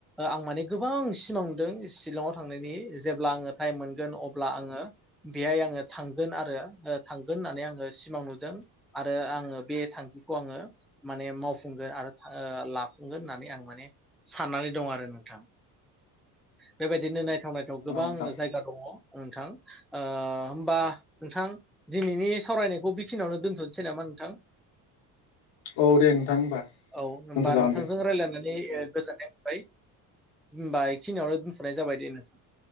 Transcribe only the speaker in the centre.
आं माने गोबां सिमां नुदों शिलंआव थांनायनि जेब्ला आङो टाइम मोनगोन अब्ला आङो बेहाय आङो थांगोन आरो थांगोन होननानै आङो सिमां नुदों । आर रो आङो बे थांखिखौ आङो माने मावफुंगोन आरो था ओ लाफुंगोन होननानै आं माने साननानै दं आरो नोंथां। बेबायदिनो
नायथाव नाय
गोबां
जायगा दङ। नोंथां ओ होमबा नोंथां दिनैनि सावरायनायखौ बेखिनियावनो दोनथ' सै नामा नोंथां?
औ होनबा
नोंथांजों
रायलायनानै ओ गोजोननाय बाय ओमबाय खिनियावनो दोनथ'नाय जाबाय दे नोंथां।